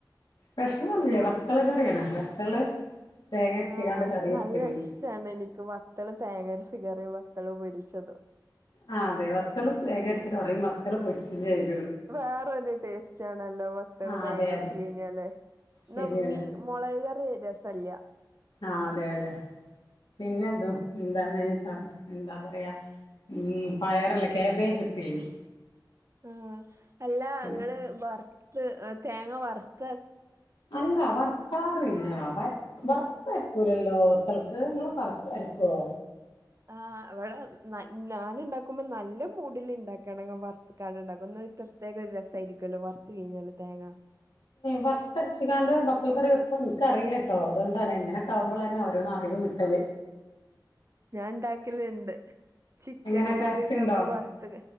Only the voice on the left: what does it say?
സ്പെഷൽ ഒന്നുല്ല വത്തള് കറിയാണ് വത്തള് തേങ്ങരച്ച്കാണ്ട്
കറി
വെച്ച്ക്ക്ണ്
ആ അതെ വത്തള് തേങ്ങ അരച്ച കറിയും വത്തള് പൊരിച്ചതും ആയിരുന്നു
ആഹ്
അതെ
അതെ
ശരിയാണ്
ആഹ് അതെ അതെ പിന്നെ-
എന്ത് എന്താച്ച എന്താ പറയുക- പയറല്ല കാബേജ് ഉപ്പേരി
പിന്നെ
അല്ല വർക്കാറില്ല വറുത്തു അരക്കൂലല്ലോ വത്തള്ക്ക് നിങ്ങളൊക്കെ അരക്കുവോ
വറുത്തരച്ചിക്കാണ്ട് വത്തൽ കറി വെക്കും- എനിക്കറിയില്ല കേട്ടോ അതുകൊണ്ടാണ് എങ്ങനെ ആവുമ്പോഴല്ലേ ഒരു അറിവ് കിട്ടൽ
എങ്ങനെ
ടേസ്റ്റ് ഉണ്ടോ